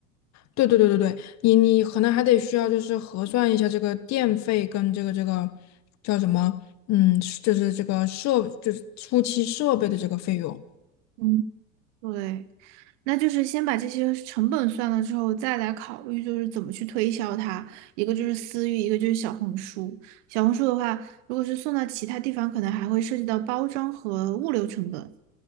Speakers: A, on the left; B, on the right.
A: 对对对对对，你你可能还得需要就是核算一下这个电费跟这个这个叫什么，嗯，就是这个设就是初期设备的这个费用。
B: 嗯，对。那就是先把这些成本算了之后，再来考虑就是怎么去推销它。一个就是私域，一个就是小红书。小红书的话，如果是送到其他地方，可能还会涉及到包装和物流成本。